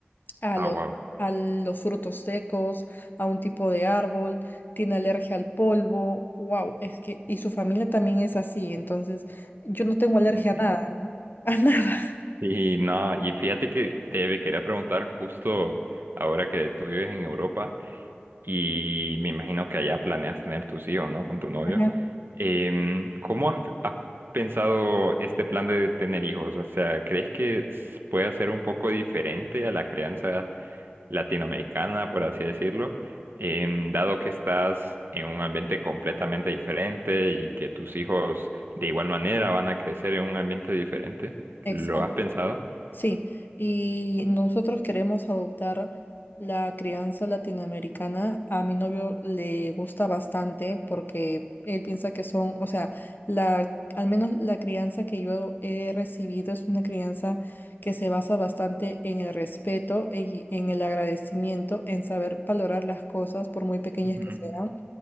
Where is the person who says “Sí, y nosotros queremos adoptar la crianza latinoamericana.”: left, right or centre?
Left